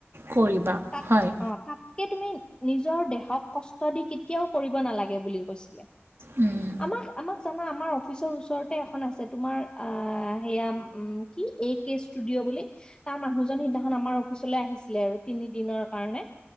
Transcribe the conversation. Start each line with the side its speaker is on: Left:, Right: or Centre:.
Right: কৰিবা
Left: তাত
Right: হয়
Left: অ', তাতকে তুমি নিজৰ দেহক কষ্ট দি কেতিয়াও কৰিব নালাগে বুলি কৈছিলে
Right: উম,
Left: আমাক আমাক জানা আমাৰ অফিচৰ ওচৰতে এখন আছে তোমাৰ আহ সেয়া উম কি এ কে ষ্টুডিঅ' বুলি। তাৰ মানুহজন সিদিনাখন আমাৰ অফিচলৈ আহিছিলে আৰু তিনিদিনৰ কাৰণে।